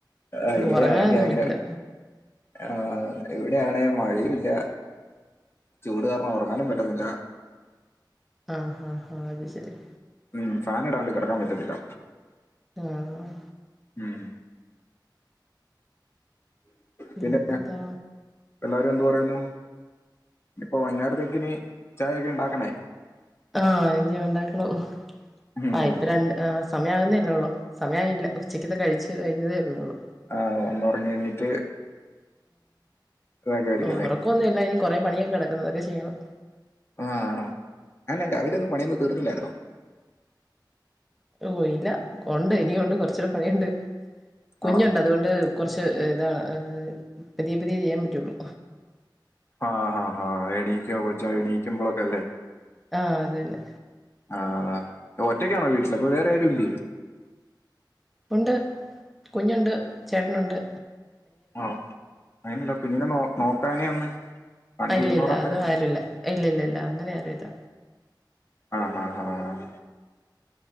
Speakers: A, on the left; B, in the centre.
A: ഏഹ് ഇവിടെയാണെങ്കി
B: ഉറങ്ങാനൊന്നും
A: അങ്ങനെ
B: പറ്റില്ല
A: ആഹ് ഇവിടെയാണെ മഴയു ല്ലാ ചൂട് കാരണം ഒറങ്ങാനും പറ്റത്തില്ല
B: ആഹ് ഹാ ഹാ അത് ശെരി
A: ഉം ഫാന് ഇടാണ്ട് കെടക്കാൻ പറ്റത്തില്ല
B: ആഹ്
A: ഉം
B: പിന്നെന്താ?
A: പിന്നെ എല്ലാരും എന്ത് പറയുന്നു? ഇപ്പോ വൈന്നേരത്തേക്കിനി ചായൊക്കെ ണ്ടാക്കണെ
B: ആ ഇനി ഒണ്ടാക്കണം
A: ഉം
B: ആ ഇപ്പൊ രണ്ട് ആ സമയാകുന്നല്ലേ ഉള്ളൂ സമയായില്ല ഉച്ചക്കത്തെ കഴിച്ച് കഴിഞ്ഞതല്ലേ ഉള്ളൂ
A: ആ ഒന്നൊറങ്ങി എണീറ്റ് ഇതാക്കുമായിരിക്കും
B: ആ
A: അല്ലേ?
B: ഒറക്കൊന്നുല്ല ഇനി കൊറെ പണിയാ കെടക്കുന്നത് അതൊക്കെ ചെയ്യണം
A: ആഹ് അ എന്നാ രാവിലൊന്നും പണിയൊന്നും തീർന്നില്ലായിരുന്നോ
B: ഓ ഇല്ല കൊണ്ട് ഇനി ഒണ്ട് കൊറച്ചൂടെ പണിയുണ്ട് കുഞ്ഞുണ്ട്
A: ആണോ?
B: അതോണ്ട് കൊർച്ച് ഇതാ ഏ പതിയേ പതിയേ ചെയ്യാൻ പറ്റുള്ളു
A: ആഹ് ഹാ ഹാ എണീക്കോ കൊ എണീക്കുമ്പോഴൊക്കെ അല്ലേ
B: ആ അതന്നെ
A: ആഹ് ഒറ്റക്കാണോ വീട്ടില് അപ്പൊ വേറെ ആരും ഇല്ലേ?
B: ഒണ്ട് കുഞ്ഞോണ്ട് ചേട്ടനൊണ്ട്
A: ആഹ് അങ്ങനെയല്ലാ കുഞ്ഞിനെ നോ നോ ക്കാനെ ഒന്ന് പണി
B: ഇല്ല
A: തീർന്നോടം
B: ഇല്ല അത്
A: വരെ
B: ആരുല്ല ഇല്ലില്ലല്ല അങ്ങനെയാരു ഇല്ല
A: ആഹ് ആഹ് ആഹ്